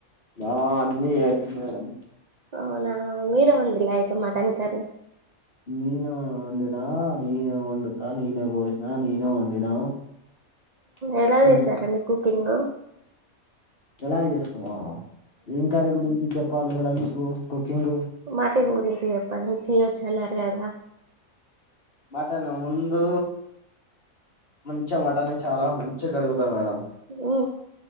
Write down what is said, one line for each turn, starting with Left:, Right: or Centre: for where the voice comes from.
Left: బా అన్నీ జేయచ్చు మేడం
Right: అవునా మీరే వండు లే అయితే మటన్ కరీ
Left: నేనే వండిన నేనే వండుతా నీనే కోసినా నేనే వండిన <unintelligible>
Right: ఎలా చేసారండి కుకింగ్
Left: ఎలాగ జెస్తామా ఏం కర్రీ గురించి చెప్పాలి మేడం మీకు కుకింగ్
Right: మాటిన్ గురించే జెప్పండి చేయెచ్చు అన్నారు గదా
Left: మటను ముందు మంచిగ మటన్ని చాలా మంచిగా కడుగుతా మేడం
Right: ఉ